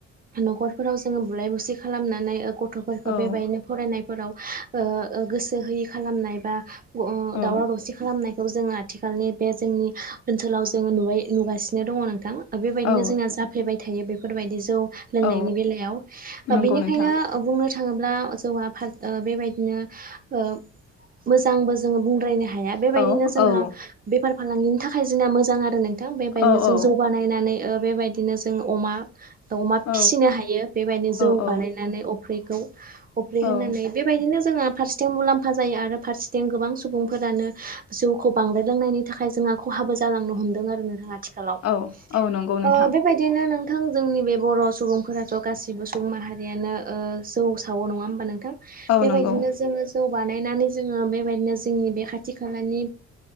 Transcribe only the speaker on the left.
औ
औ
औ
औ
नंगौ
नोंथां
औ
औ
औ
औ
औ
औ
औ
औ औ नंगौ नोंथां
औ
नंगौ